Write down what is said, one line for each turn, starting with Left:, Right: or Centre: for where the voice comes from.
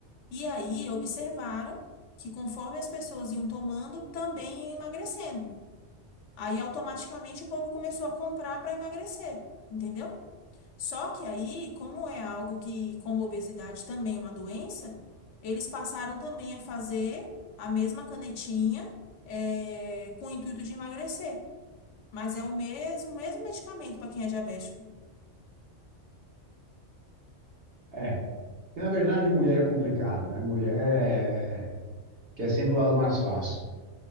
Left: E aí observaram que conforme as pessoas iam tomando, também ia emagrecendo. Aí automaticamente o povo começou a comprar para emagrecer, entendeu? Só que aí, como é algo que, como obesidade também é uma doença, eles passaram também a fazer a mesma canetinha, eh, com o intuito de emagrecer. Mas é o mesmo, mesmo medicamento para quem é diabético.
Right: É. E na verdade, mulher é complicado, né? Mulher é... quer sempre o lado mais fácil.